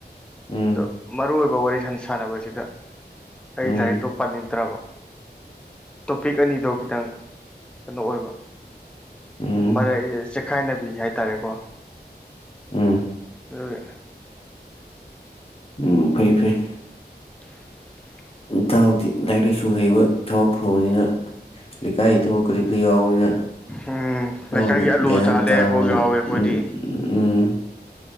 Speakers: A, on the left; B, in the centre.
A: ꯎꯝ
B: ꯑꯗꯣ ꯃꯔꯨꯑꯣꯏꯕ ꯋꯥꯔꯤ ꯁꯟ ꯁꯥꯟꯅꯕꯁꯤꯗ ꯑꯩ
A: ꯎꯝ
B: ꯂꯥꯏꯔꯤꯛꯇꯣ ꯄꯥꯅꯤꯡ ꯅꯠꯇ꯭ꯔꯕ ꯇꯣꯄꯤꯛ ꯑꯅꯤꯗꯣ ꯈꯤꯇꯪ ꯀꯩꯅꯣ ꯑꯣꯏꯕ
A: ꯎꯝ
B: ꯃꯔ ꯆꯦꯛꯈꯥꯏꯅꯕꯤ ꯍꯥꯏꯇꯥꯔꯦꯀꯣ
A: ꯎꯝ
B: ꯑꯗꯨꯒꯤ
A: ꯎꯝ ꯐꯩ ꯐꯩ
B: <inaudible>
A: ꯏꯇꯥꯎꯗꯤ ꯂꯥꯏꯔꯤꯛ ꯂꯥꯏꯁꯨ ꯍꯩꯕ ꯊꯥꯕꯛ ꯐꯕꯅꯤꯅ ꯂꯩꯀꯥꯏꯒꯤ ꯊꯕꯛ ꯈꯨꯗꯤꯛꯇ ꯌꯥꯎꯕꯔꯤꯅ
B: ꯎꯝ
A: ꯏꯇꯥꯎꯗꯤ
B: ꯂꯩꯀꯥꯏꯒꯤ ꯑꯂꯨ
A: ꯒ꯭ꯌꯥꯟ
B: ꯊꯥꯜꯂꯦ
A: ꯌꯥꯝ ꯇꯥꯕꯅꯤꯅ
B: ꯀꯣꯛ ꯌꯥꯎꯋꯦ ꯑꯩꯈꯣꯏꯗꯤ
A: ꯎꯝ ꯎꯝ ꯎꯝ